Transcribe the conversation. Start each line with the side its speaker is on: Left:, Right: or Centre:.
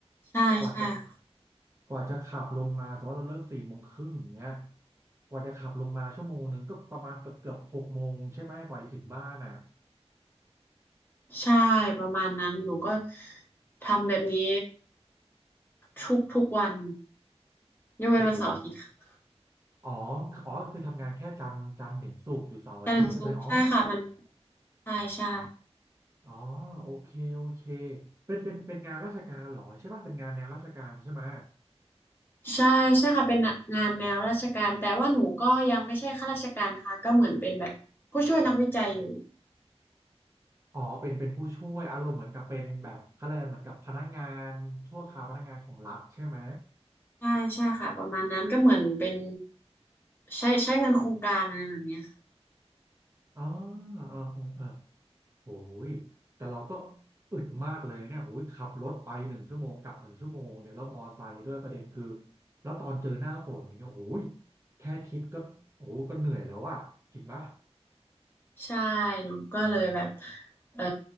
Left: ใช่ใช่ค่ะ
Right: กว่าจะกว่าจะขับลงมา สมมติว่าเราเลิกสี่โมงครึ่งอย่างเงี้ยกว่าจะขับลงมาชั่วโมงหนึ่งก็ประมาณเกือบเกือบหกโมงใช่ไหมกว่าจะถึงบ้านอ่ะ
Left: ใช่ประมาณนั้นหนูก็ทำแบบนี้ ทุกทุกวันยกเว้นวันเสาร์อาทิตย์ค่ะ
Right: โอ้โหอ๋ออ๋อคือทำงานแค่จันทร์จันทร์ถึงศุกร์อยู่เสาร์อาทิตย์ใช่ไหมอ๋อ
Left: จันทร์ถึงศุกร์ใช่ค่ะมันใช่ใช่
Right: อ๋อโอเคโอเคเป็นเป็นเป็นงานราชการเหรอใช่ป่ะเป็นงานแนวราชการใช่ไหม
Left: ใช่ใช่ค่ะเป็นงานแนวราชการแต่ว่าหนูก็ยังไม่ใช่ข้าราชการนะคะก็เหมือนเป็นแบบผู้ช่วยนักวิจัยอยู่
Right: อ๋อเป็นเป็นผู้ช่วยอารมณ์เหมือนกับเป็นแบบเขาเรียกอะไรเหมือนกับพนักงานชั่วคราวพนักงานของรัฐใช่ไหม
Left: ใช่ใช่ค่ะประมาณนั้นก็เหมือนเป็นใช้ใช้เงินโครงการอะไรแบบเนี้ยค่ะ
Right: อ๋ออ๋ออ๋ออ๋อโอ้ยแต่เราก็อึดมากเลยเนี่ยโอ้ยขับรถไปหนึ่งชั่วโมงกลับหนึ่งชั่วโมงเนี่ยแล้วมอไซค์ด้วยประเด็นคือแล้วตอนเจอหน้าฝนอย่างเงี้ยโอ้ยแค่คิดก็โอ้โหก็เหนื่อยแล้วอะจริงปะ
Left: ใช่หนูก็เลยแบบเออ